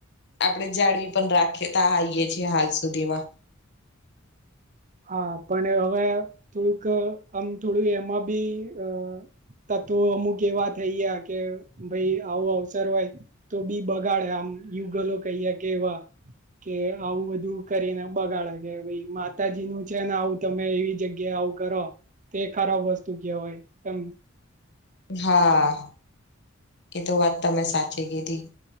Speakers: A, on the left; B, on the right.
A: આપડણે જાળવી પણ રાખી ત આ આવીએ છીએ હાલ સુધી માં
B: હા પણ હવે થોડુંક આમ થોડું એમાં બી અ તત્વો અમુક એવા થઈ ગયા કે ભાઈ આવો અવસર હોય તો બી બગાડે આમ યુગલો કહીએ કેવા કે આવું બધું કરીને બગાડે કે ભ માતાજી નું છે ને આવું તમે એવી જગ્યા આવું કરો તો એ ખરાબ વસ્તુ કેવાય કેમ
A: હા એ તો વાત તમે સાચી કીધી